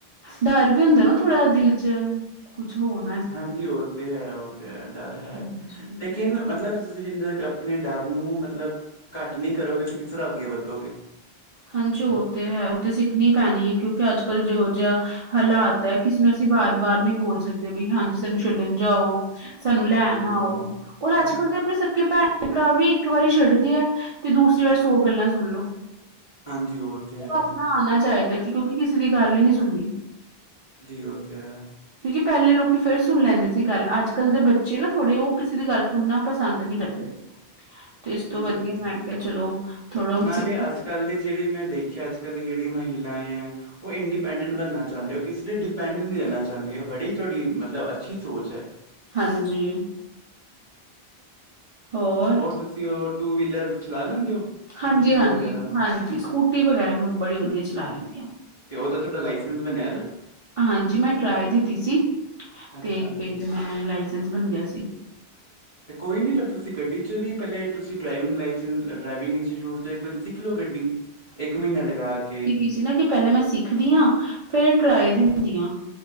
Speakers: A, on the right; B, on the left.
A: ਡਰ ਵੀ ਹੁੰਦਾ ਨਾ ਥੋੜਾ, ਦਿਲ ਚ ਕੁਛ ਹੋਣ
B: ਹਾਂਜੀ, ਉਹ ਤੇ ਹੈ ਉਹ ਤੇ ਹੈ ਡਰ ਹੈ,
A: ਹਾਂਜੀ।
B: ਲੇਕਿਨ ਮਤਲਬ ਤੁਸੀਂ ਜਿੰਨਾ ਚਿਰ ਆਪਣੇ ਡਰ ਨੂੰ ਮਤਲਬ ਘੱਟ ਨਹੀਂ ਕਰੋਗੇ, ਤੇ ਕਿਸ ਤਰ੍ਹਾਂ ਅੱਗੇ ਵੱਧੋਗੇ
A: ਹਾਂਜੀ, ਉਹ ਤੇ ਹੈ ਉਹ ਤੇ ਸਿੱਖਣੀ ਪੈਣੀ ਹੈ ਕਿਉਂਕਿ, ਅੱਜ -ਕੱਲ੍ਹ ਜਿਹੋ ਜਿਹਾ ਹਾਲਾਤ ਹੈ ਕਿਸਨੂੰ, ਅਸੀਂ ਬਾਰ -ਬਾਰ ਨਹੀਂ ਬੋਲ ਸਕਦੇ ਵੀ ਹਾਂਜੀ, ਸਾਨੂੰ ਛੱਡਣ ਜਾਓ ਸਾਨੂੰ ਲੈਣ
B: ਜਾਓ
A: ਆਓ, ਔਰ
B: ਹਾਂਜੀ
A: ਅੱਜ- ਕੱਲ੍ਹ ਦੇ ਆਪਣੇ ਸਕੇ ਭੈਣ ਭਰਾ ਵੀ ਇੱਕ ਵਾਰੀ ਛੱਡਦੇ ਆ, ਤੇ ਦੂਸਰੀ ਵਾਰ ਸੌ ਗੱਲਾਂ ਸੁਣ ਲੋ
B: ਹਾਂਜੀ ਉਹ ਤੇ ਹੈ
A: ਆਪਣਾ ਆਉਣਾ ਚਾਹੀਦਾ ਕਿਉਂਕਿ, ਕਿਸੇ ਦੀ ਗੱਲ ਹੀ ਨਹੀਂੀ ਸੁਣਨੀ
B: ਜੀ, ਹੋ ਤੇ ਹੈ
A: ਕਿਉਂਕਿ, ਪਹਿਲੇ ਲੋਕੀ ਫੇਰ ਸੁਣ ਲੈਂਦੇ ਸੀ ਗੱਲ, ਅੱਜ- ਕੱਲ੍ਹ ਦੇ ਬੱਚੇ ਨਾ ਥੋੜ੍ਹੇ ਉਹ ਕਿਸੇ ਦੀ, ਗੱਲ ਸੁਣਨਾ ਪਸੰਦ ਨਹੀਂ ਕਰਦੇ ਤੇ ਇਸ ਤੋਂ
B: ਹਾਂਜੀ
A: ਵਧੀਆ
B: ਉਹ
A: ਮੈਂ
B: ਤੇ ਹੈ।
A: ਕਿਹਾ, ਚਲੋ ਥੋੜਾ ਹਣ
B: ਨਾਲੇ
A: ਸਿੱਖ
B: ਅੱਜ ਕੱਲ੍ਹ ਦੀ ਜਿਹੜੀ ਮੈਂ ਦੇਖਿਆ, ਅਜ -ਕੱਲ ਦੀ ਜਿਹੜੀ ਮਹਿਲਾਏ ਹੈਂ ਉਹ ਇੰਡੀਪੈਂਡੈਂਟ ਬਣਨਾ ਚਾਹੁੰਦੇ, ਉਹ ਕਿਸੇ ' ਡਿਪੈਂਡ ਨਹੀਂ ਰਹਿਣਾ ਚਾਹੁੰਦੇ ਹੈ, ਬੜੀ ਤੁਹਾਡੀ ਮਤਲਬ ਅੱਛੀ ਸੋਚ ਹੈ
A: ਹਾਂਜੀ, ਹੋਰ।
B: ਤੁਸੀਂ, ਉਹ ਟੂ ਵੀਲਰ ਚਲਾ ਲੈਂਦੇ ਹੋ? ਸਕੂਟੀ
A: ਹਾਂਜੀ -ਹਾਂਜੀ
B: ਵਗੈਰਾ
A: ਹਾਂਜੀ, ਸਕੂਟੀ ਵਗੈਰਾ ਮੈਂ, ਬੜੀ ਵਧੀਆ ਚਲਾ ਲੈਂਦੀ ਹਾਂ
B: ਤੇ ਉਹਦਾ ਤੁਹਾਡਾ, ਲਾਇਸੈਂਸ ਬਣਿਆ ਦਾ?
A: ਹਾਂਜੀ ਮੈਂ, ਟਰਾਏ ਦਿੱਤੀ ਸੀ
B: ਅੱਛਾ
A: ਤੇ, ਫਿਰ ਮੈਂ ਲਾਇਸੈਂਸ ਬਣ ਗਿਆ ਸੀ
B: ਅਤੇ ਕੋਈ ਨਹੀਂ, ਫਿਰ ਤੁਸੀਂ ਗੱਡੀ 'ਚ ਵੀ ਪਹਿਲੇ ਤੁਸੀਂ ਡਰਾਈਵਿੰਗ ਲਾਇਸੈਂਸ, ਡਰਾਈਵਿੰਗ ਇੰਸਟੀਚਿਊਟ ਤੋਂ ਇੱਕ ਵਾਰੀ, ਸਿੱਖ ਲਓ ਗੱਡੀ ਇੱਕ ਮਹੀਨਾ, ਲਗਾ ਕੇ
A: ਏ ਸੀ ਨਾ ਕਿ, ਪਹਿਲੇਾਂ ਮੈਂ ਸਿੱਖਦੀ ਹਾਂ ਫੇਿਰ, ਟਰਾਏ ਦਿੰਦੀ ਹਾਂ